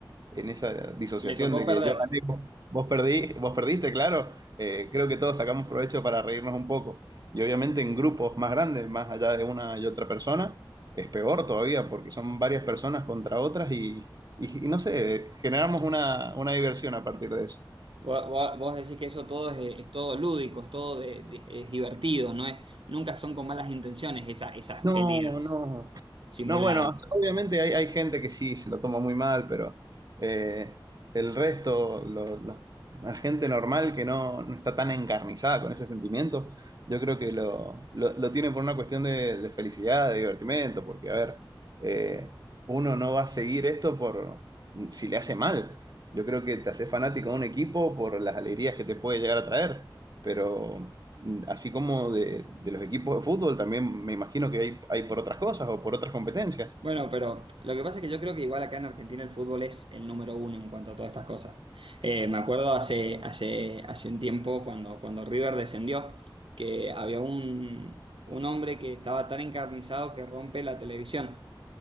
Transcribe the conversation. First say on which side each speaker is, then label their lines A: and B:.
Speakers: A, on the right; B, on the right.
A: en esa disociación
B: Le tocó
A: de
B: perder.
A: que yo gané, vos vos perdí, vos perdiste, claro. Eh, creo que todos sacamos provecho para reírnos un poco. Y obviamente en grupos más grandes, más allá de una y otra persona, es peor todavía porque son varias personas contra otras y, y- y no sé, generamos una, una diversión a partir de eso.
B: Vos, vos- vos decís que eso todo es, es todo lúdico, es todo de- de- es divertido, no es, nunca son con malas intenciones esa- esas
A: No,
B: peleas
A: no.
B: simuladas.
A: No, bueno, obviamente hay, hay gente que sí se lo toma muy mal, pero eh, el resto, lo- lo- la gente normal que no, no está tan encarnizada con ese sentimiento, yo creo que lo, lo- lo tiene por una cuestión de, de felicidad, de divertimento, porque, a ver, eh, uno no va a seguir esto por si le hace mal. Yo creo que te haces fanático de un equipo por las alegrías que te puede llegar a traer, pero mm, así como de, de los equipos de fútbol, también me imagino que hay, hay por otras cosas o por otras competencias.
B: Bueno, pero lo que pasa es que yo creo que igual acá en Argentina el fútbol es el número uno en cuanto a todas estas cosas. Eh, me acuerdo hace, hace, hace un tiempo cuando, cuando River descendió, que había un, un hombre que estaba tan encarnizado que rompe la televisión